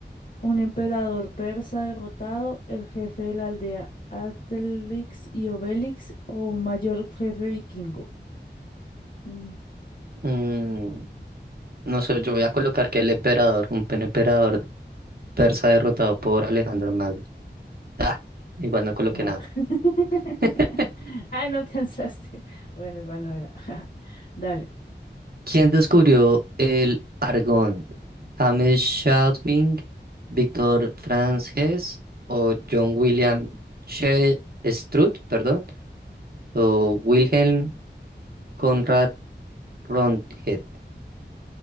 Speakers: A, on the left (about 45°); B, on the right (about 55°).
A: un emperador persa derrotado, el jefe de la aldea Artelix y Obelix o un mayor jefe vikingo. Mm,
B: Mm, no sé, yo voy a colocar que el emperador, un emperador persa derrotado por Alejandro Magno. Ah, igual no coloqué
A: ah.
B: nada.
A: <laughs>
B: <laughs>
A: Ay, no alcanzaste. Bueno, igual no era. <laughs> Dale.
B: ¿Quién descubrió el argón? ¿James Chadwick, Víctor Franz Hess o John William She- Strutt, perdón, o Wilhelm Conrad Röntgen?